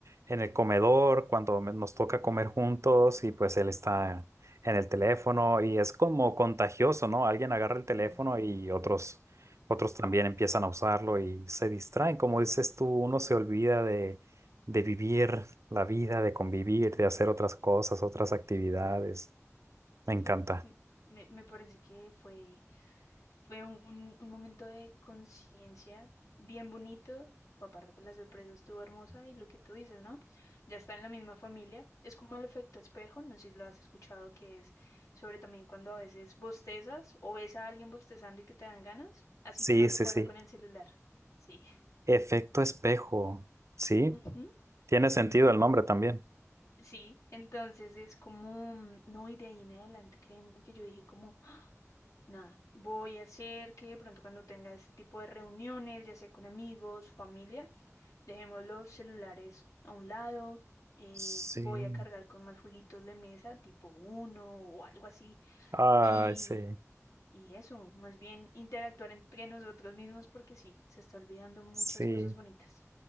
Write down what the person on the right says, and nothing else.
en el comedor cuando me- nos toca comer juntos y pues él está en el teléfono y es como contagioso, ¿no? Alguien agarra el teléfono
y otros, otros también empiezan a usarlo y se distraen. Como dices tú, uno se olvida de, de vivir la vida, de convivir, de hacer otras cosas, otras actividades.
Me encanta.
Sí,
sí,
sí.
Efecto espejo. Sí,
tiene sentido el nombre también.
Sí.
Ay,
sí,
sí,